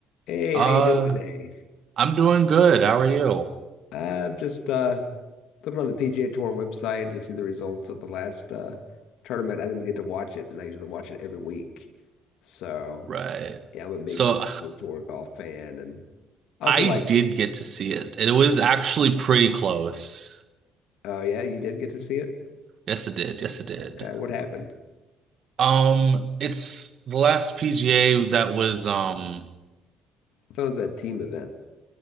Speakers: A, on the left; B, on the right.
A: Hey,
B: Uh,
A: how you doing today?
B: I'm doing good. How are you?
A: I'm just uh looking on the PGA Tour website to see the results of the last uh tournament. I didn't get to watch it, and I usually watch it every week. So
B: Right.
A: yeah, I'm a big
B: So
A: PGA Tour golf fan, and
B: <sighs>
A: also
B: I
A: like,
B: did get to see it. It was actually pretty close.
A: oh yeah, you did get to see it?
B: Yes, it did. Yes, it did.
A: Okay, what happened?
B: Um, it's the last PGA that was um
A: I thought it was that team event.